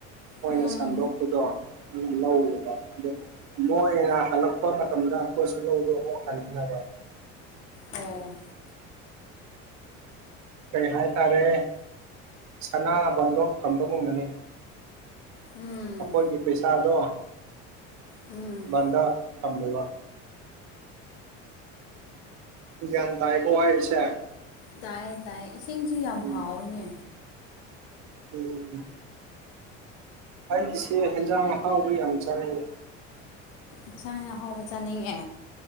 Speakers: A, on the right; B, on the left.
A: ꯃꯣꯏꯅ
B: ꯎꯝ
A: ꯁꯟꯗꯣꯛꯄꯗꯣ ꯑꯗꯨ ꯂꯧꯋꯦꯀꯣ ꯑ ꯃꯣꯏꯅ ꯍꯜꯂꯛꯄ ꯃꯇꯝꯗ ꯑꯩꯈꯣꯏꯁꯨ ꯂꯧꯗꯣ ꯑꯃꯨꯛ ꯍꯟꯅꯕ
B: ꯑꯣ
A: ꯀꯩ ꯍꯥꯏꯇꯥꯔꯦ ꯁꯅꯥ ꯕꯟꯗꯣ ꯊꯝꯕꯒꯨꯝꯕꯅꯤ
B: ꯎꯝ
A: ꯑꯩꯈꯣꯏꯒꯤ ꯄꯩꯁꯥꯗꯣ
B: ꯎꯝ
A: ꯕꯟꯗ ꯊꯝꯃꯦꯕ ꯒ꯭ꯌꯥꯟ ꯇꯥꯏꯀꯣ ꯍꯥꯏꯔꯤꯁꯦ
B: ꯇꯥꯏ ꯇꯥꯏ ꯏꯁꯤꯡꯁꯨ ꯌꯥꯝ
A: ꯎꯝ
B: ꯍꯥꯎꯋꯤꯅꯦ
A: ꯎꯝ ꯑꯩꯁꯦ ꯍꯦꯟꯖꯥꯡ ꯑꯍꯥꯎꯕ ꯌꯥꯝ ꯆꯂꯤꯅꯦ
B: ꯏꯟꯁꯥꯡ ꯑ ꯍꯥꯎꯕ ꯆꯥꯅꯤꯡꯉꯦ